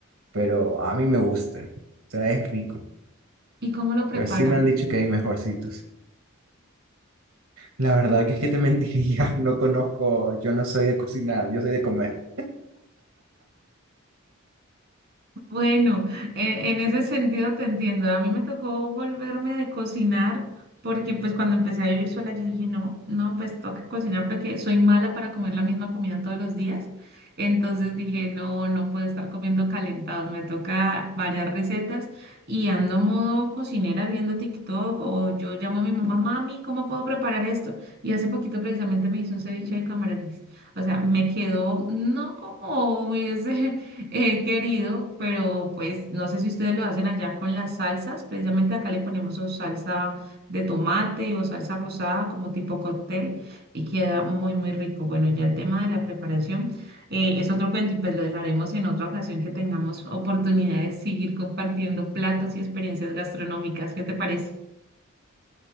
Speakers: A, on the right; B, on the right.
A: pero a mí me gusta, o sea, es rico.
B: ¿Y cómo lo preparan?
A: Pues sí me han dicho que hay mejorcitos. La verdad que es que te mentiría, <laughs> no conozco, yo no soy de cocinar, yo soy de comer.
B: Bueno, e- en ese sentido te entiendo. A mí me tocó volverme de cocinar porque pues cuando empecé a vivir sola yo dije, no, no, pues toca cocinar porque soy mala para comer la misma comida todos los días. Entonces dije, no, no puedo estar comiendo calentados, me toca varias recetas y ando modo cocinera viendo TikTok o yo llamo a mi mamá, mami, ¿cómo puedo preparar esto? Y hace poquito precisamente me hice un ceviche de camarones. O sea, me quedó no como hubiese He querido, pero pues no sé si ustedes lo hacen allá con las salsas. Precisamente acá le ponemos o salsa de tomate o salsa rosada como tipo cóctel y queda muy, muy rico. Bueno, ya el tema de la preparación eh, es otro cuento y pues lo dejaremos en otra ocasión que tengamos oportunidad de seguir compartiendo platos y experiencias gastronómicas. ¿Qué te parece?